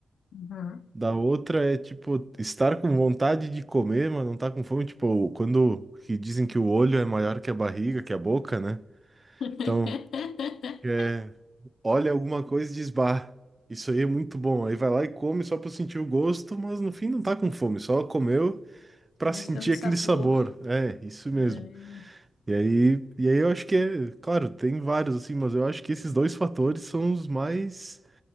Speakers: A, on the left (about 80°); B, on the right (about 25°).
A: Uhum.
B: Da outra é tipo estar com vontade de comer, mas não tá com fome. Tipo, quando que dizem que o olho é maior que a barriga, que a boca, né?
A: <laughs>
B: Então, É, olha alguma coisa e diz, bah, isso aí é muito bom. Aí vai lá e come só pra sentir o gosto, mas no fim não tá com fome, só comeu pra
A: Mas
B: sentir
A: pelo sabor.
B: aquele sabor. É, isso mesmo.
A: é,
B: E aí, e aí eu acho que é, claro, tem vários assim, mas eu acho que esses dois fatores são os mais,